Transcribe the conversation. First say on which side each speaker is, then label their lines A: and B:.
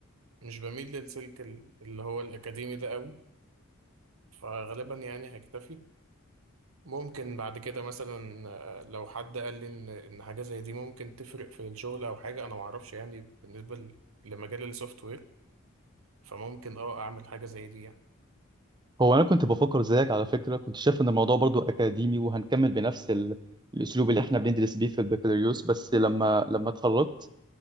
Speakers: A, on the right; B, on the right.
A: مش بميل للسلك ال- اللي هو الاكاديمي ده قوي فغالبا يعني هكتفي ممكن بعد كده مثلا آه، لو حد قال لي ان ان حاجه زي دي ممكن تفرق في الشغل او حاجه انا ما اعرفش يعني بالنسبه ل- لمجال السوفت وير فممكن اه اعمل حاجه زي دي يعني
B: هو انا كنت بفكر زيك على فكره كنت شايف ان الموضوع برضو اكاديمي وهنكمل بنفس ال... الاسلوب اللي احنا بندرس بيه في البكالوريوس بس لما لما اتخرجت